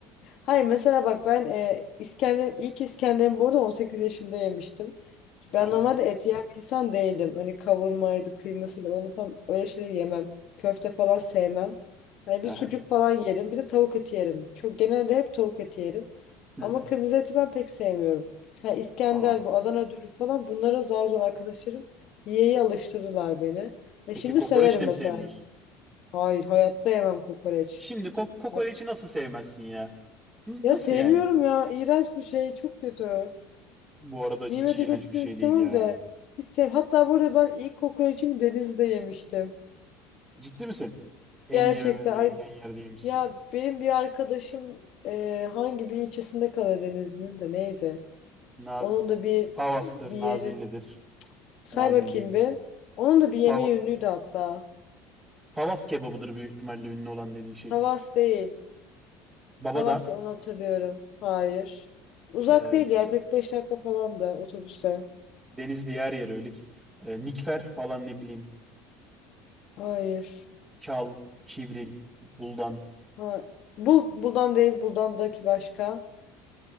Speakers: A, on the left; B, on the right.
A: Hayır mesela bak ben e, İskender ilk İskender'imi burada 18 yaşında yemiştim. Ben
B: Aha,
A: normalde et yiyen bir insan değilim. Hani kavurmaydı, kıymasıydı onu falan öyle şeyleri yemem. Köfte falan sevmem. Hani
B: aha,
A: bir sucuk falan yerim, bir de tavuk eti yerim. Çok genelde hep tavuk eti yerim.
B: hı
A: Ama
B: hı.
A: kırmızı eti ben pek sevmiyorum. Ha İskender,
B: Aa,
A: bu Adana dürüm falan bunlara zar zor arkadaşlarım yiyeyi alıştırdılar beni. Ve
B: peki
A: şimdi
B: kokoreç
A: severim
B: de mi
A: mesela.
B: sevmiyorsun?
A: Hayır, hayatta yemem kokoreç.
B: Şimdi ko- kokoreçi
A: Bak
B: nasıl sevmezsin ya? N-
A: ya
B: Nasıl
A: sevmiyorum
B: yani?
A: ya. iğrenç bir şey. Çok kötü.
B: Bu arada hiç
A: Nimeti
B: iğrenç
A: kötü
B: bir
A: demek
B: şey
A: istemem
B: değil ya.
A: de. Hiç sev. Hatta burada ben ilk kokoreçimi denizde yemiştim.
B: Ciddi misin? En
A: Gerçekten.
B: yememen gereken
A: Ay,
B: yerdeymişsin.
A: ya benim bir arkadaşım e, hangi bir ilçesinde kalıyor Denizli'nin de neydi?
B: Naz
A: Onun da bir
B: Pavas'tır,
A: bir
B: Nazilli'dir.
A: yeri. Say
B: Nazilli
A: bakayım
B: değil mi?
A: bir. Onun da bir yeme
B: Pava
A: yönüydü hatta.
B: Pavas kebabıdır büyük ihtimalle ünlü olan dediğin şey.
A: Tavas değil.
B: Baba
A: Tavas
B: da
A: değil, onu hatırlıyorum. Hayır. Uzak
B: e,
A: değil ya 45 dakika falan da otobüste.
B: Denizli yer yer öyle ki. E, Nikfer falan ne bileyim.
A: Hayır.
B: Çal, Çivril, Buldan.
A: Ha. Bul, buldan değil buldandaki başka.